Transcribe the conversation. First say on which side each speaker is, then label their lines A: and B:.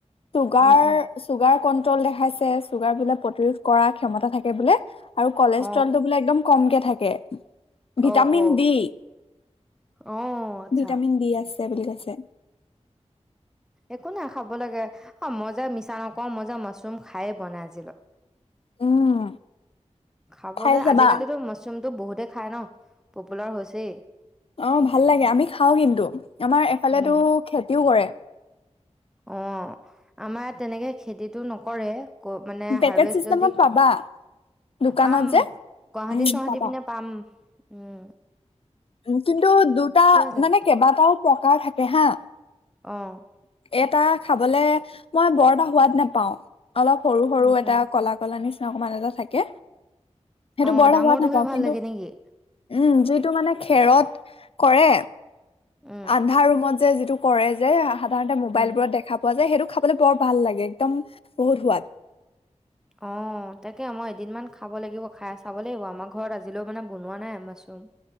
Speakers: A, on the left; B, in the centre.
A: ছুগাৰ
B: উম উম
A: চুগাৰ কণ্ট্ৰল দেখাইছে, চুগাৰ বোলে প্ৰতিৰোধ কৰাৰ ক্ষমতা থাকে বোলে। আৰু কলেষ্ট্ৰলটো
B: অ
A: বোলে একদম কমকে থাকে। ভিটামিন
B: অ অ
A: ডি,
B: অ আচ্ছা
A: ভিটামিন ডি আছে বুলি কৈছে।
B: একো নাই খাব লাগে। অ' মই যে মিছা নকওঁ মই যে মাছৰুম খায়ে পোৱা নাই আজিলৈ।
A: উম।
B: খাবলে,
A: খাই চাবা।
B: আজিকালিতো মাছৰুমটো বহুতে খায় ন পপুলাৰ হৈছেই।
A: অঁ ভাল লাগে আমি খাওঁ কিন্তু, আমাৰ এফালেতো
B: উম
A: খেতিও কৰে।
B: অঁ আমাৰ ইয়াত তেনেকে খেতিটো নকৰে। ক মানে
A: পেকেট
B: হাৰ্ভেষ্ট
A: চিষ্টেমত
B: যদি
A: পাবা দোকানত
B: পাম,
A: যে।
B: গুৱাহাটী
A: উম,
B: চুৱাহাটী
A: পাবা।
B: পিনে পাম, উম্।
A: উ্ম কিন্তু দুটা
B: লাগে
A: মানে কেইবাটাও প্ৰকাৰ থাকে হা।
B: অঁ।
A: এটা খাবলে মই বৰ এটা সোৱাদ নেপাও। অলপ সৰু সৰু
B: উম
A: এটা
B: উম
A: কলা কলা নিচিনা অকমান এটা থাকে, সেইটো
B: অ
A: বৰ এটা
B: ডাঙৰটোহে
A: সোৱাদ নেপাওঁ
B: ভাল
A: কিন্তু
B: লাগে নেকি
A: উম যিটো মানে খেৰত কৰে,
B: উম
A: আন্ধা ৰুমত যে যিটো কৰে যে সাধাৰণতে মোবাইল
B: উম
A: বোৰত দেখা পোৱা যে, সেইটো খাবলে বৰ ভাল লাগে একদম বহুত সোৱাদ।
B: অঁ তাকে মই এদিনমান খাব লাগিব, খায় চাব লাগিব আমাৰ ঘৰত আজিলৈও মানে বনোৱা নাই মাছৰুম।